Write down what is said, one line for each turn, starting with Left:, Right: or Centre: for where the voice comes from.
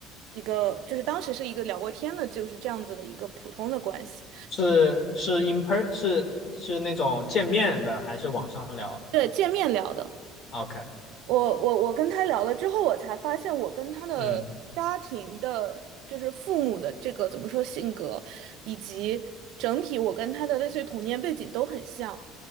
Right: 一个，就是当时是一个聊过天的，就是这样子的一个普通的关系，
Left: 是是 in per 是是那种见面的，还是网上聊的
Right: 对，见面聊的。
Left: ？OK，
Right: 我我我跟他聊了之后，我才发现我跟他的家庭的，
Left: 嗯，
Right: 就是父母的这个怎么说性格，以及整体我跟他的类似于童年背景都很像。